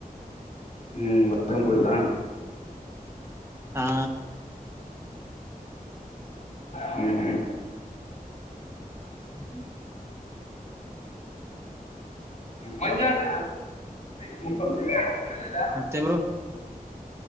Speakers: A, on the left (about 50°); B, on the right (about 15°).
A: ಹ್ಮ್ ಕಿದ್ರಾ
B: ಹಾ
A: ಹ್ಮ್ ಹ್ಮ್
B: ಹ್
A: ಮಂಜತ ಕಿದದಾ
B: ಮತ್ತೆ ಬ್ರೋ